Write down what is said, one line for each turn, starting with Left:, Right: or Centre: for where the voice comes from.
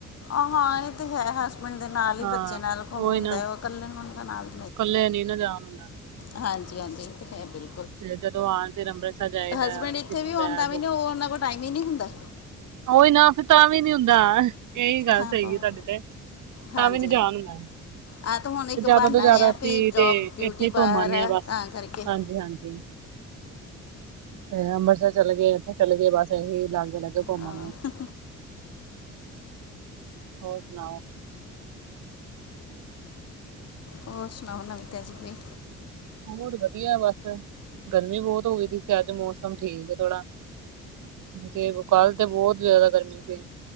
Left: ਆਹ ਹਾਂ ਇਹ ਤੇ ਹੈ, ਹੇਸਬੈਂਡ ਦੇ ਨਾਲ ਈ
Right: ਹਾਂ
Left: ਬੱਚੇ ਨਾਲ ਘੁੰਮ
Right: ਉਹੀ
Left: ਹੁੰਦਾ
Right: ਨਾ
Left: ਏ, ਉਹ ਇਕੱਲੇ ਨੂੰ ਉਹ ਨਾਲ
Right: ਕੱਲੇ ਨੀ ਨਾ ਜਾਣ ਹੁੰਦਾ।
Left: ਹਾਂਜੀ-ਹਾਂਜੀ, ਏ ਤੇ ਹੈ ਬਿਲ
Right: ਤੇ ਜਦੋਂ ਆਉਣ ਫਿਰ ਅੰਮ੍ਰਿਤਸਰ ਜਾਈਦਾ
Left: ਹਸਬੈਂਡ
Right: ਸ਼ਹੀਦਾਂ
Left: ਇਥੇ ਵੀ
Right: ਸਾਹਿਬ
Left: ਹੋਣ ਤਾਂ ਵੀ ਨੀ ਓ, ਓਹਨਾਂ ਕੋਲ ਟਾਇਮ ਈ ਨੀ ਹੁੰਦਾ।
Right: ਓਈ ਨਾ, ਫਿਰ ਤਾਂ ਵੀ ਨੀ ਹੁੰਦਾ, ਏਈ ਗੱਲ
Left: ਹਾਂ
Right: ਸਹੀ
Left: ਪਾਓ
Right: ਏ ਤੁਹਾਡੀ ਤੇ। ਤਾਂ
Left: ਹਾਂਜੀ
Right: ਵੀ ਨੀ ਜਾਣ ਹੋਣਾ,
Left: ਆ ਤਾਂ ਹੁਣ ਇੱਕ
Right: ਫਿਰ ਜਿਆਦਾ
Left: ਬਹਾਨਾ
Right: ਤੋਂ ਜਿਆਦਾ
Left: ਹੈ
Right: ਅਸੀਂ
Left: ਵੀ ਜੌਬ
Right: ਤੇ
Left: ਡਿਊਟੀ
Right: ਇੱਥੇ
Left: ਬਾਹਰ
Right: ਘੁੰਮ ਆਂਨੇ ਆ ਬਸ,
Left: ਤਾਂ ਕਰਕੇ
Right: ਹਾਂਜੀ-ਹਾਂਜੀ। ਤੇ ਅੰਮ੍ਰਿਤਸਰ ਚਲੇ ਗਏ, ਇੱਥੇ ਚਲ ਗਏ, ਬਸ ਇਹੀ ਲਾਗੇ-ਲਾਗੇ ਘੁੰਮ
Left: ਹਾਂ
Right: ਆਂਉਨੇ ਆ। ਹੋਰ ਸੁਣਾਓ?
Left: ਹੋਰ ਸੁਣਾਓ, ਨਵੀ-ਤਾਜੀ ਕੋਈ?
Right: ਹੋਰ ਵਧੀਆ ਬਸ, ਗਰਮੀ ਬਹੁਤ ਹੋ ਗਈ ਤ ਸੀ, ਇੱਥੇ ਅੱਜ ਮੌਸਮ ਠੀਕ ਏ ਥੋੜਾ। ਤੇ, ਕਲ ਤੇ ਬਹੁਤ ਜ਼ਿਆਦਾ ਗਰਮੀ ਸੀ।